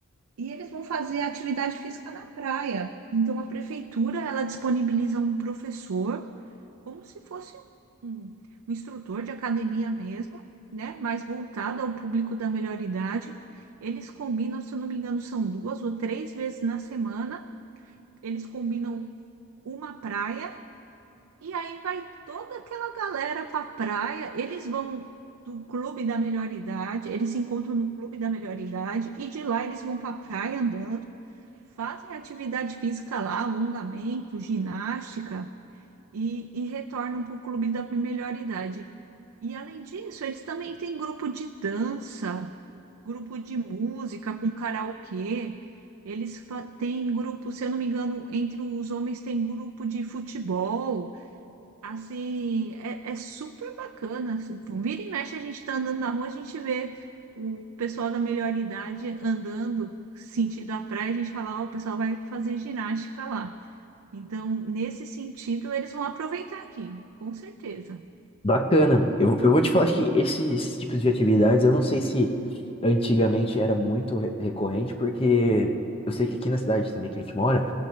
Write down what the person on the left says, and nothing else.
Bacana. Eu, eu vou te falar que esses tipos de atividades, eu não sei se antigamente era muito re- recorrente, porque eu sei que aqui na cidade também que a gente mora,